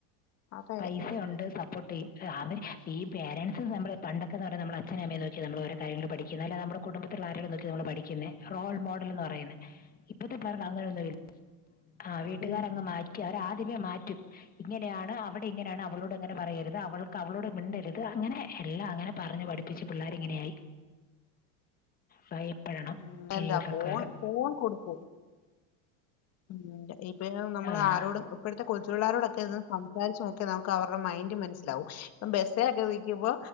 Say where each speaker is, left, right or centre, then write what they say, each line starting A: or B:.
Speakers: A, on the left; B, on the left.
A: അതെ
B: പൈസ ഒണ്ട് സപ്പോർട്ട് ചെയ്യും. അവര് ഈ പേരൻസ് നമ്മള് പണ്ടൊക്കെന്ന് ന്നറിന്ന നമ്മള് അഛനേം അമ്മേം നോക്കി നമ്മള് ഓരോ കാര്യങ്ങളും പഠിക്കുന്നേ അല്ലേ നമ്മള് കുടുംബത്ത് ഇള്ള ആരേലും നോക്കി നമ്മള് പഠിക്കുന്നേ റോൾ മോഡൽ എന്ന് പറയുന്നേ. ഇപ്പത്തെ പേർക്ക് അങ്ങനെന്നു ആ വീട്ടുകാരേ
A: തപ്പും.
B: അങ്ങ് മാറ്റി അവര് ആദ്യമേ മാറ്റും. ഇങ്ങനെയാണ് അവടെ ഇങ്ങനെയാണ് അവളോട് അങ്ങനെ പറയരുത് അവൾക്ക് അവളോട് മിണ്ടരുത് അങ്ങനെ എല്ലാം അങ്ങനെ പറഞ്ഞ് പഠിപ്പിച്ച് പിള്ളേരിങ്ങനെയായി ഭയപ്പെടണം
A: ഉം,
B: ഇനിയുള്ളക്കാലം.
A: എന്താ ഫോൺ ഫോൺ കൊടുക്കു ഉം ഇപ്പൊ നമ്മൾ
B: ആ.
A: ആരോടും ഇപ്പഴത്തെ കൊച്ചു പിള്ളാരോടൊക്കെ ഇന്ന് നമ് <unintelligible> ചോയ്ക്ക നമുക്ക് അവരുടെ മൈൻഡ് മൻസ്സിലാവും. ഇപ്പ ബസ്സ്ലൊക്കെ ഇരിക്കുമ്പോ